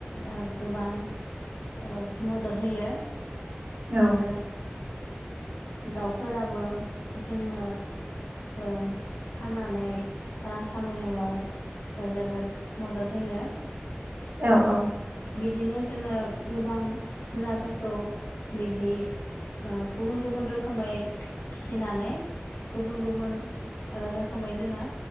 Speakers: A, on the left (about 70°); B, on the right (about 50°).
A: ओ गोबां ओ मदद होयो।
B: औ
A: आरो दाउफोराबो जोङो ओ फाननानै रां खामायनायाव‌ जोबोद मदद होयो।
B: औ औ
A: बिदिनो जोङो गोबां जुनारफोरखौ बि दि ओ गुबुन गुब रोखोमै फिसिनानै गुबुन गुबुन ओ रोखोमै जोङो